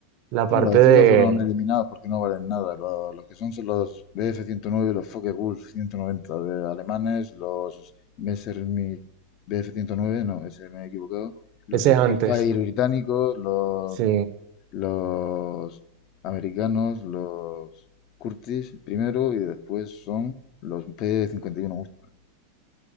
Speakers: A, on the right (about 45°); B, on the left (about 40°).
A: la parte
B: No, los Stuka
A: de
B: fueron eliminados porque no valen nada. Lo- Los, que son son los bf ciento nueve los Focke-Wulf 190 de alemanes, los Messerschmitt bf nueve no, ese me he equivocado, los
A: ese
B: Spitfire
A: es antes.
B: británicos, los
A: Sí.
B: los americanos, los Curtis primero y después son los P-51 cincuenta y uno Mustang.